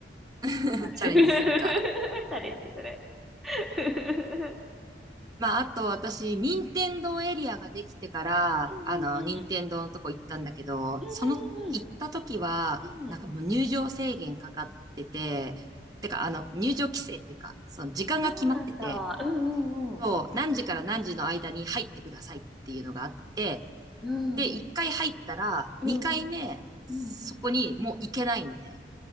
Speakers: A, on the right (about 20°); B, in the centre.
A: <laughs>
B: 頑張る。
A: チャレンジするか。
B: <laughs> チャレンジする。<laughs> う
A: まあ、あと私、任天堂エリアができてから、
B: んうんうん。
A: あの、任天堂のとこ行ったんだけど、
B: うんうん
A: その、行った時は、
B: うん。
A: なんかもう入場制限かかってて、
B: うん。
A: てか、あの、入場規制っていうか、その時間が決まってて、
B: そうなんだ。うんうん
A: そう、何時から何時の間に入ってくださいっていうのがあって、
B: うん。
A: で、
B: うん。
A: 一回入ったら、
B: うん。
A: 二回目、そこにもう行けないのね。
B: うん。